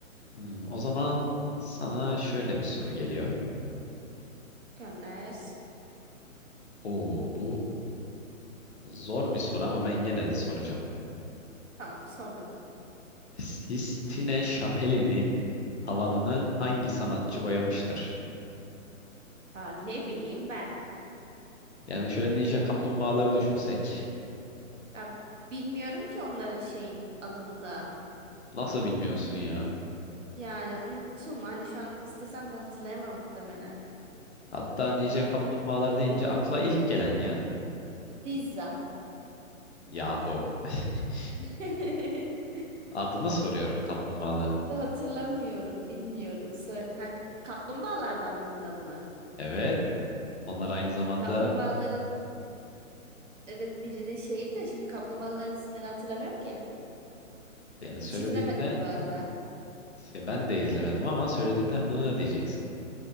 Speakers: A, on the left; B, on the right.
A: Hmm, o zaman sana şöyle bir soru geliyor.
B: gönder.
A: Oo, bu zor bir soru ama ben gene de soracağım.
B: Tamam, sor bakalım.
A: Sistine Şapeli'nin tavanını hangi sanatçı boyamıştır?
B: Ya ne bileyim ben.
A: Yani şöyle Ninja Kaplumbağaları düşünsek.
B: Ya bilmiyorum ki onların şeyin adını da.
A: Nasıl bilmiyorsun ya?
B: Yani unuttum. Hani şu an istesem de hatırlayamam muhtemelen.
A: Hatta Ninja Kaplumbağalar deyince akla ilk gelen ya.
B: Pizza.
A: Yahu. <laughs>
B: <laughs>
A: Adını soruyorum kaplumbağaların.
B: Hatırlamıyorum, bilmiyorum. Sö- ha, kaplumbağalardan birinin adı mı?
A: Evet. Onlar aynı zamanda
B: Kaplumbağaların evet birinin şeyi de şimdi kaplumbağaların isimlerini hatırlamıyorum ki.
A: yani söylediğimde
B: Hiç izlemedim bu arada.
A: ya ben de izlemedim ama söylediğimde hı diyeceksin.